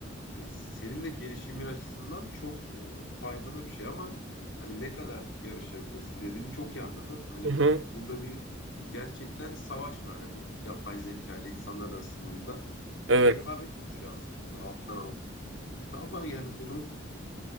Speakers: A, on the left; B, on the right.
A: e, senin de gelişimin açısından çok e, faydalı bir şey ama hani ne kadar yarışabilirsin dediğini çok iyi anladım. Hani
B: Hı hı.
A: burada bir gerçekten savaş var hani yapay zeka ile insanlar arasında.
B: Evet.
A: Bir rekabet oluşuyor aslında alttan alta ama yani bunu